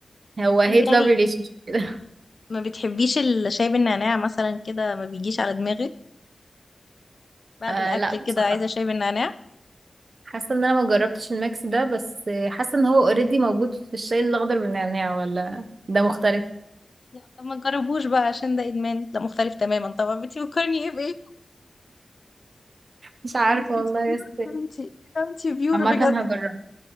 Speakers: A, on the right; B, on the left.
A: هو هيت
B: انتي يعني
A: لاف ريليشن كده <laughs>
B: ما بتحبيش الشاي بالنعناع مثلا كده ما بيجيش على دماغك بعد
A: آه
B: الاكل
A: لا بصراحة
B: كده عايزه شاي بالنعناع
A: حاسة ان انا ما جربتش الميكس ده بس آه، حاسة ان هو اوريدي موجود في الشاي الأخضر بالنعناع ولا ده مختلف
B: لا طب ما تجربوش بقى عشان ده ادمان ده مختلف تماما طبعا انت بتفكرني ايه بايه
A: مش عارفة
B: انت
A: والله
B: انت بيور
A: بس
B: انت انت بيور
A: عامة
B: بجد
A: هجرب